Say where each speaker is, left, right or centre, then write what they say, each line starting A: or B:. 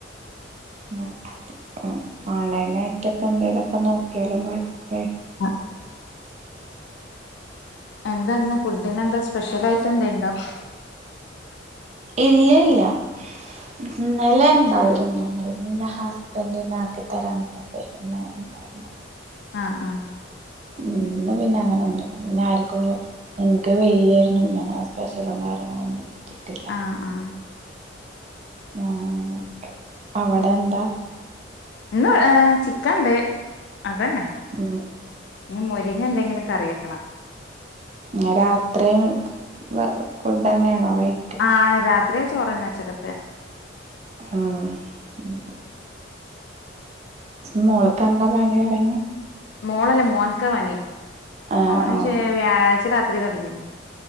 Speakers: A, on the right (about 35°); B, on the left (about 60°).
A: മ ആഹ് ഓൺലൈനായിട്ടൊക്കെ എന്തേലെക്കെ നോക്കിയാലും കാര്യൊക്കെ
B: ആഹ് എന്താ ഇന്ന് ഫുഡിന് എന്താ സ്പെഷ്യലായിറ്റ് എന്തേണ്ടോ
A: ഇല്ല ഇല്ല ഉം ഇന്നലെ ഇണ്ടായിരുന്നു <unintelligible> ഇന്റെ ഹസ്ബന്റ്ന്നെ ആക്കിതരാന്നർഞ്ഞപ്പേ പിന്നെ <unintelligible>
B: ആഹ് ആഹ്
A: ഉം ഇന്നെ പിന്നെ അങ്ങനൊന്നും ഇന്നെ ആര്ക്കും എന്ക്ക് വെയ്യേരുന്നു പിന്നെ അങ്ങനെ സ്പെഷ്യലും കാര്യങ്ങളും ഒന്നും കിട്ടിയിട്ടി
B: ആഹ് ആഹ്
A: <unintelligible> അവിടെ
B: ഉം
A: എന്താ
B: ഇന്ന് ഏഹ് ചിക്കന്ണ്ട് അതന്നെ
A: ഉം
B: ഇഞ്ഞ് മുരിങ്ങ എന്തെങ്കിലും കറിയക്കണം
A: ങേഹ് രാത്രിം വെ ഫുഡെന്നേണോ കഴി
B: ആഹ് രാത്രിം ചോറന്നെ ഉച്ചക്കത്തെ
A: ആഹ് ഉം മോൾക്കെന്നാ പനിയൊട്ങ്ങിയെ
B: മോളല്ല മോന്ക്കാ പനി മോന്
A: ആഹ്
B: ഓന്
A: ആഹ്
B: ശെ വ്യാഴാഴ്ച്ച രാത്രി തൊടങ്ങീണ്